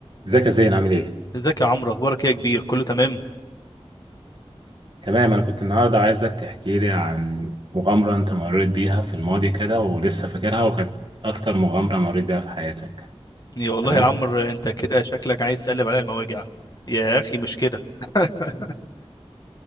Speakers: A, on the right (about 50°); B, on the left (about 35°).
A: ازيك يا زين عامل ايه؟
B: ازيك يا عمرو اخبارك ايه يا كبير كله تمام
A: تمام انا كنت النهارده عايزك تحكي لي عن مغامرة انت مريت بيها في الماضي كده ولسه فاكرها وكانت اكتر مغامرة مريت بيها في حياتك
B: يا والله
A: تمام؟
B: يا عمرو انت كده شكلك عايز تقلب عليا المواجع يا اخي مش كده <laughs>